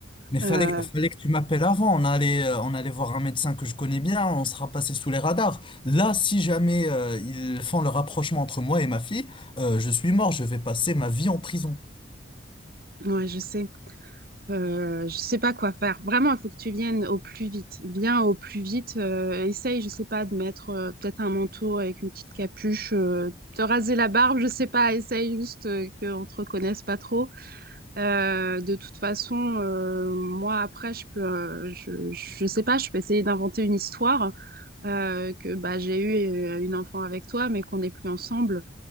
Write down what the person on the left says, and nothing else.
Mais fallait,
fallait que tu m'appelles avant. On allait, euh, on allait voir un médecin que je connais bien, on sera passé sous les radars. Là, si jamais, euh, ils font le rapprochement entre moi et ma fille, euh, je suis mort, je vais passer ma vie en prison.